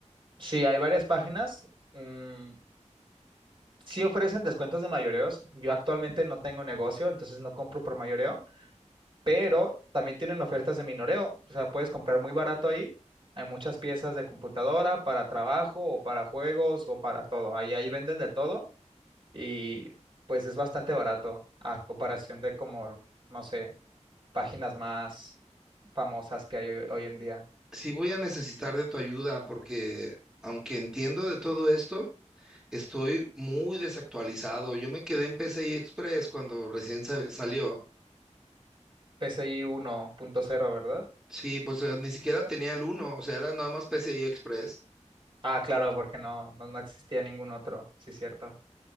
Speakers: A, on the right (about 45°); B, in the centre.
A: Sí, hay varias páginas. mm, sí ofrecen descuentos de mayoreos. Yo actualmente no tengo negocio, entonces no compro por mayoreo, pero también tienen ofertas de minoreo. O sea, puedes comprar muy barato ahí. Hay muchas piezas de computadora para trabajo o para juegos o para todo. Ahí, ahí venden de todo y pues es bastante barato a comparación de como, no sé, páginas más famosas que hay hoy, hoy en día.
B: Sí voy a necesitar de tu ayuda porque aunque entiendo de todo esto, Estoy muy desactualizado. Yo me quedé en PCI Express cuando recién sa- salió.
A: P C I uno punto cero ¿verdad?
B: Sí, pues eh, ni siquiera tenía el uno. o sea, era nada más PCI Express.
A: Ah, claro, porque no, no, no existía ningún otro, sí, cierto.